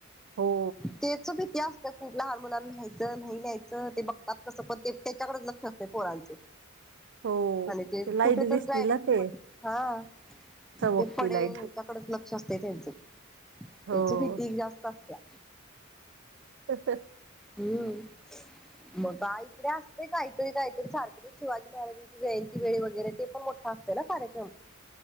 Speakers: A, on the right; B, in the centre.
A: हो.
B: त्याच भीती असते खूप लहान मुलां न्यायचं नाही न्याहायचं, ते बघतात कसं पण, ते त्याच्याकडेच लक अस्ते पोरांच.
A: हो
B: आणि ते
A: लाईट
B: कुठे तर,
A: दिसतील
B: डायरेक्ट
A: ना ते
B: पड, हा.
A: चमकती
B: ते पडेल,
A: लाईट
B: हच्याकडेच लक्ष असते त्यांच,
A: हो.
B: त्याच भीती जास्त अत्यया.
A: तसंच <inaudible>
B: हम्म मग आइकडे असतंय काहीतरी काहीतरी सारखं ते शिवाजी महाराजां जयंती वेळी वगैरे ते पण मोठा असते ना कार्यक्रम